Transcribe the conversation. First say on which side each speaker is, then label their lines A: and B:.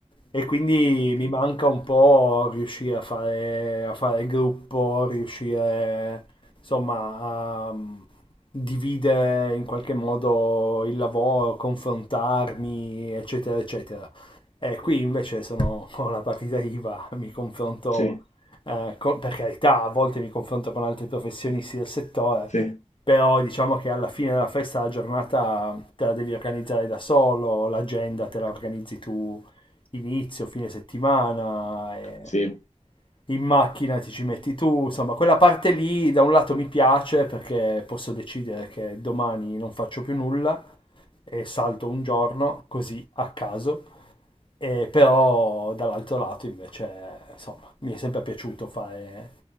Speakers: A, on the left; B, on the left.
A: E quindi
B: Ok.
A: mi manca un po' riuscire a fare, a fare gruppo, riuscire insomma a mm, dividere in qualche modo il lavoro, confrontarmi, eccetera, eccetera. E qui invece sono <laughs> con la partita IVA, mi confronto,
B: Sì,
A: eh, con- per carità, a volte mi confronto con altri professionisti del settore,
B: sì,
A: però diciamo che alla fine della festa la giornata te la devi organizzare da solo, l'agenda te la organizzi tu inizio, fine settimana, e
B: sì.
A: in macchina ti ci metti tu, insomma, quella parte lì da un lato mi piace perché posso decidere che domani non faccio più nulla e salto un giorno così a caso, e però dall'altro lato invece, insomma, mi è sempre piaciuto fare